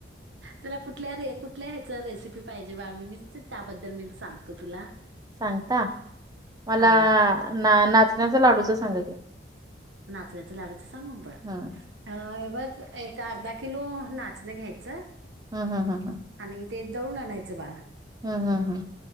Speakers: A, on the right (about 80°); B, on the right (about 20°).
A: तुला कुठल्या र कुठल्या ह्याच रेसिपी पाहिजे बा मी त्याबद्दल मी सांगतो तुला
B: सांगता मला
A: हा
B: ना नाचणीच्या लाडूच सांगा
A: नाचणीच्या लाडूचं सांगून म्हणता
B: हम्म
A: अ हे बघ एक अर्धा किलो नाचणी घ्यायचं
B: हमम हम हम
A: आणि ते दळून आणायचं बाळ
B: हम हम हम